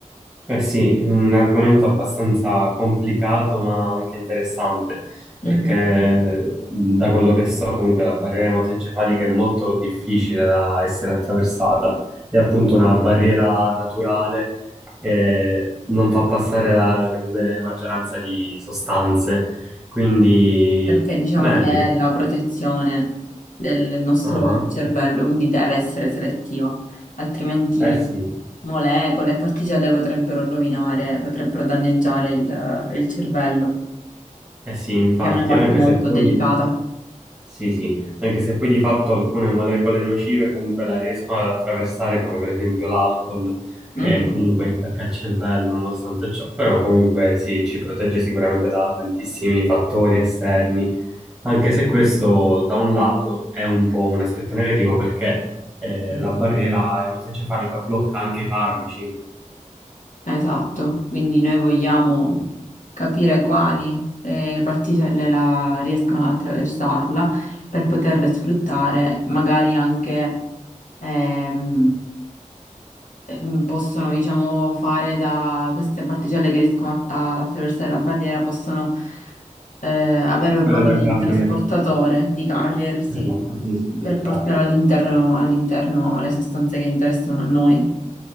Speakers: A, on the right (about 20°); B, on the left (about 75°).
A: Eh sì, un argomento abbastanza complicato ma anche interessante, perché
B: Mhm.
A: mhmm, da quello che so comunque la barriera ematoencefalica è molto difficile da essere attraversata, è appunto una barriera naturale che non fa passare la grande maggioranza di sostanze, quindi
B: perché diciamo
A: bello.
B: che è la protezione del nostro
A: Ah,
B: cervello, quindi deve essere selettiva, altrimenti
A: Eh sì,
B: molecole e particelle potrebbero rovinare, potrebbero danneggiare il, il cervello,
A: eh sì, infatti,
B: che è una parte
A: anche
B: molto
A: se poi
B: delicata.
A: Sì, sì, anche se poi di fatto alcune molecole nocive comunque la riescono ad attraversare, come per esempio l'alcol,
B: Mm,
A: che comunque intacca il cervello nonostante ciò, però comunque sì, ci protegge sicuramente da tantissimi fattori esterni, anche se questo da un lato è un po' un aspetto negativo perché eh, la barriera ematoencefalica blocca anche i farmaci,
B: Esatto, quindi noi vogliamo capire quali eh, particelle la- riescono ad attraversarla per poterle sfruttare, magari anche ehm, ehm, possono, diciamo, fare da queste particelle che riescono a, a attraversare la barriera, possono eh, avere un
A: quella
B: ruolo
A: da
B: di
A: carrier,
B: trasportatore, di carrier, sì,
A: esatto, sì, sì,
B: per
A: il carrier.
B: portare all'interno all'interno le sostanze che interessano a noi.